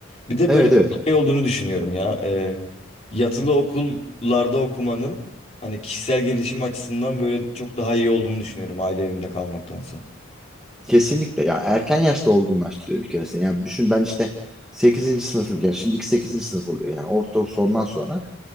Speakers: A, on the left; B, in the centre.
A: Bir de
B: Evet
A: böyle bir
B: evet.
A: şey olduğunu düşünüyorum ya. Ee, yatılı okullarda okumanın hani kişisel gelişim açısından böyle çok daha iyi olduğunu düşünüyorum aile evinde kalmaktansa.
B: Kesinlikle. Ya erken yaşta olgunlaştırıyor bir kere seni. Yani düşün ben işte sekizinci sınıfım yani şimdiki sekizinci sınıf oluyor. Yani ortaokul sondan sonra